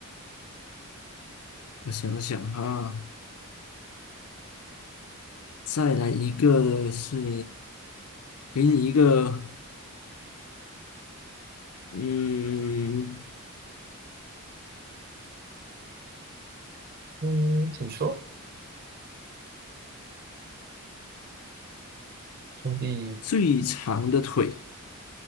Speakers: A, on the left; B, on the right.
A: 我想想哈，再来一个的是，给你一个，嗯，
B: 嗯，请说，兄弟，
A: 最长的腿。